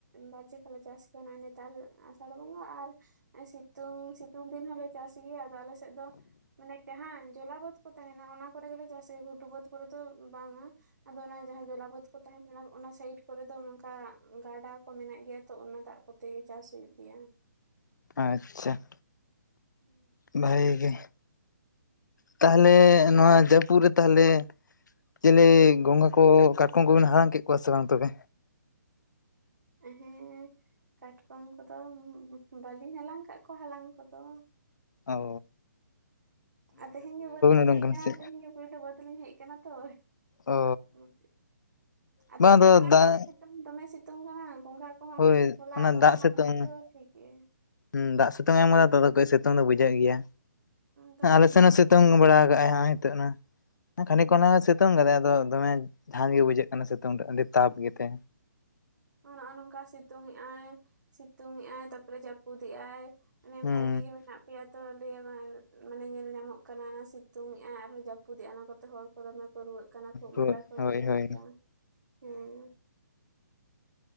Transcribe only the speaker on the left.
ᱟᱪᱪᱷᱟ ᱾
ᱵᱷᱟᱜᱮ ᱜᱮ, ᱛᱟᱦᱟᱞᱮ
ᱱᱚᱣᱟ ᱡᱟᱹᱯᱩᱫ ᱨᱮ ᱛᱟᱦᱟᱞᱮ ᱧᱮᱞᱮ ᱜᱚᱝᱜᱟ ᱠᱚ ᱠᱟᱴᱠᱚᱢ ᱠᱚᱵᱮᱱ ᱦᱟᱞᱟᱝ ᱠᱮᱫ ᱠᱚᱣᱟ ᱥᱮ ᱵᱟᱝ ᱛᱚᱵᱮ?
ᱚ ᱾
ᱩᱰᱩᱝ
ᱠᱟᱱᱟ
ᱥᱮ
ᱚ
ᱵᱟᱝ
ᱟᱫᱚ
ᱫᱟᱜ
ᱦᱳᱭ
ᱚᱱᱟ
ᱫᱟᱜ ᱥᱤᱛᱩᱝ
ᱦᱩᱸ ᱫᱟᱜ ᱥᱤᱛᱩᱝ ᱮᱢ ᱠᱟᱫᱟ ᱛ ᱠᱟᱹᱡ ᱥᱤᱛᱩᱝ ᱫᱚ ᱵᱩᱡᱷᱟᱹᱜ ᱜᱮᱭᱟ
ᱟᱞᱮ
ᱥᱮᱱ ᱦᱚᱸ ᱥᱤᱛᱩᱝ
ᱵᱮᱲᱟ ᱞᱟᱜ ᱟᱭ ᱦᱤᱛᱚᱜ ᱱᱟ ᱾ ᱠᱷᱟᱱᱤᱠ ᱠᱷᱚᱱ ᱦᱟᱜ ᱥᱤᱛᱩᱝ ᱠᱟᱫᱟᱭ ᱟᱫᱚ ᱫᱚᱢᱮ ᱡᱟᱷᱟᱡ ᱜᱮ ᱵᱩᱡᱷᱟᱹᱜ ᱠᱟᱱᱟ ᱥᱤᱛᱩᱝ ᱨᱮ ᱟᱹᱰᱤ ᱛᱟᱯ ᱜᱮᱛᱮ᱾
ᱦᱩᱸ
ᱦᱳᱭ
ᱦᱳᱭ
ᱦᱳᱭ